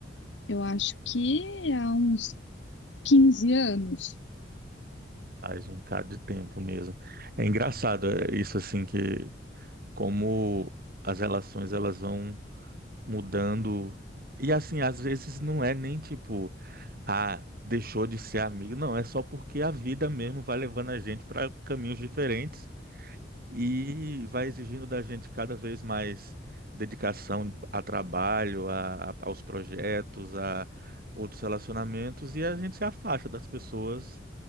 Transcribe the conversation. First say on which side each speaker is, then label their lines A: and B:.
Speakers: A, on the left; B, on the right.
A: eu acho que há uns 15 anos.
B: Faz um bocado de tempo mesmo. É engraçado é, isso, assim, que como as relações elas vão mudando. E, assim, às vezes não é nem tipo, ah, deixou de ser amigo. Não, é só porque a vida mesmo vai levando a gente para caminhos diferentes. e vai exigindo da gente cada vez mais dedicação a trabalho, a, a- aos projetos, a outros relacionamentos, e a gente se afasta das pessoas